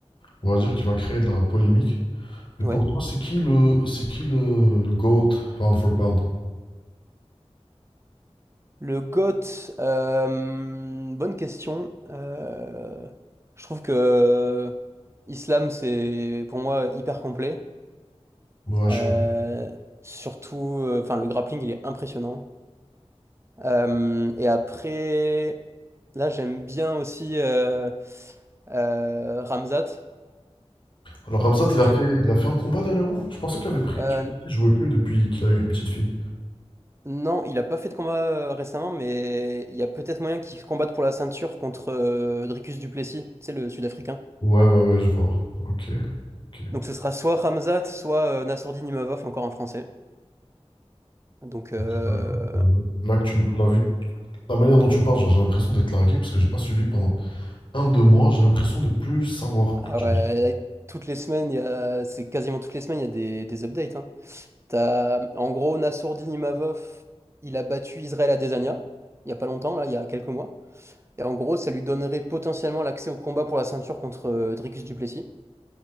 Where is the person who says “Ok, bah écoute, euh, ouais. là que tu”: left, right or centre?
Left